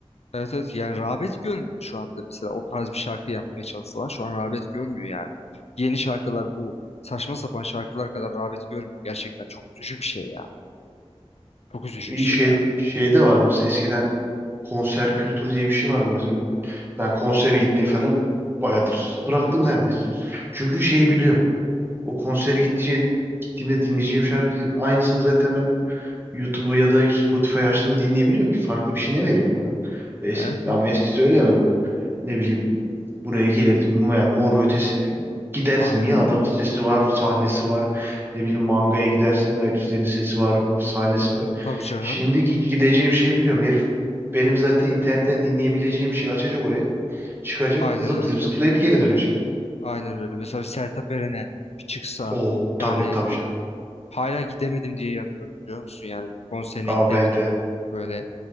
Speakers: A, on the left; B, on the right.
A: Evet evet yani rağbet görmüyor şu anda da mesela o tarz bir şarkı yapmaya çalışsalar şu an rağbet görmüyor yani. Yeni şarkılar bu saçma sapan şarkılar kadar rağbet görmüyor. Gerçekten çok üzücü bir şey ya. Çok üzücü
B: Bir
A: bir şey
B: Şey,
A: ya.
B: şeyde vardı mesela eskiden konser kültürü diye bir şey vardı mesela. Ben konsere gitmeyi falan bayağıdır
A: Evet.
B: bıraktım neredeyse. Çünkü şeyi biliyorum. O konsere gittiğimde, gittiğimde dinleyeceğim şarkı aynısını zaten ben YouTube'u ya da Spotify açtığımda dinleyebiliyorum ki farklı bir şey ne veriyorum bana. Es-
A: Evet evet.
B: ama eskisi öyle mi? Ne bileyim Buraya gelirdi. Bu- Yani Mor ve Ötesi'ne gidersin.
A: Aynen
B: Niye?
A: öyle.
B: Adamın sesi var, sahnesi var. Ne bileyim mangaya gidersin. Heriflerin sesi var, sahnesi var.
A: Tabii canım.
B: Şimdiki gideceğim şeyi biliyorum. Herif benim zaten internetten dinleyebileceğim şeyi açacak oraya. Çıkacak,
A: Aynen
B: zıplayıp
A: öyle.
B: zıplayıp geri dönecek.
A: Aynen öyle. Mesela bir Sertab Erener bir çıksa
B: Oo tabii
A: yani
B: tabii canım.
A: Hala gidemedim diye yanıyorum biliyor musun? Yani konserine
B: Aa
A: gidemedim.
B: ben de.
A: Böyle